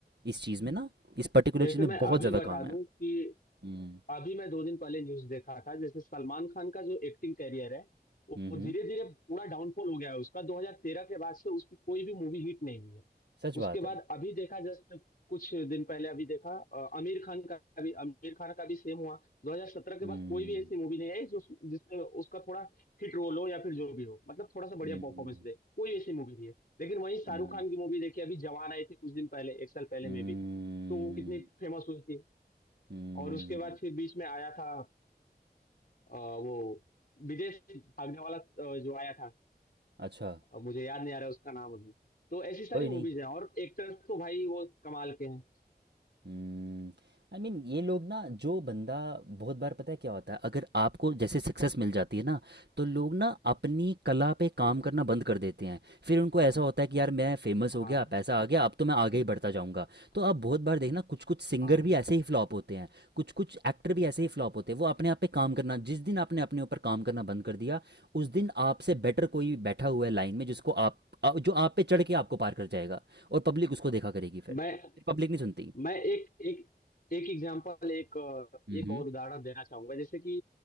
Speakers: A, on the right; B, on the left.
A: इस चीज़ में ना इस पर्टिकुलर
B: जैसे
A: चीज़ में
B: मैं
A: बहुत
B: अभी
A: ज़्यादा
B: बता
A: काम
B: दूं
A: है
B: कि
A: हम्म
B: अभी मैं दो दिन पहले न्यूज देखा था जैसे सलमान खान का जो एक्टिंग कैरियर है वो
A: हम्म
B: धीरे धीरे पूरा डाउनफॉल हो गया है उसका 2013 के बाद से उसकी कोई भी मूवी हिट नहीं हुई है
A: सच बात
B: उसके बाद
A: है
B: अभी देखा जस्ट कुछ दिन पहले अभी देखा अ, आमिर खान का भी आमिर खान का भी सेम हुआ 2017 के
A: हम्म
B: बाद कोई भी ऐसी मूवी नहीं आई जो जिसमें उसका थोड़ा हिट रोल हो या फिर जो भी हो मतलब थोड़ा सा बढ़िया
A: हम्म
B: परफॉर्मेंस दे कोई ऐसी मूवी नहीं है लेकिन वहीं शाहरुख
A: हम्म
B: खान की मूवी देखी अभी जवान आई थी कुछ दिन पहले एक साल पहले
A: हम्म
B: में भी तो वो कितनी फेमस हुई थी
A: हम्म,
B: और उसके बाद फिर बीच में आया था अ, वो विदेश भागने वाला अ, जो आया था
A: अच्छा
B: अ, मुझे याद नहीं आ रहा है उसका नाम अभी तो ऐसी सारी
A: कोई
B: मूवीज
A: नहीं
B: हैं और एक्टर्स तो भाई वो कमाल के हैं
A: हम्म, आई मीन ये लोग ना जो बंदा बहुत बार पता है क्या होता है अगर आपको जैसे सक्सेस मिल जाती है ना तो लोग ना अपनी कला पे काम
B: बिल्कुल
A: करना बंद कर देते हैं फिर उनको ऐसा होता है कि यार मैं फेमस
B: हाँ
A: हो गया पैसा आ गया अब तो मैं आगे ही बढ़ता जाऊंगा तो आप बहुत बार देखना कुछ कुछ सिंगर
B: हाँ
A: भी ऐसे ही फ्लॉप होते हैं कुछ कुछ एक्टर भी ऐसे ही फ्लॉप होते हैं वो अपने आप पे काम करना जिस दिन आपने अपने ऊपर काम करना बंद कर दिया उस दिन आपसे बेटर कोई बैठा हुआ है लाइन में जिसको आप आ- जो आप पे चढ़ के आपको पार कर जाएगा और पब्लिक उसको देखा करेगी फिर
B: मैं
A: पब्लिक नहीं सुनती
B: मैं एक एक एक एग्जांपल एक अ,
A: हुँ,
B: एक
A: हुँ।
B: और उदाहरण देना चाहूंगा जैसे कि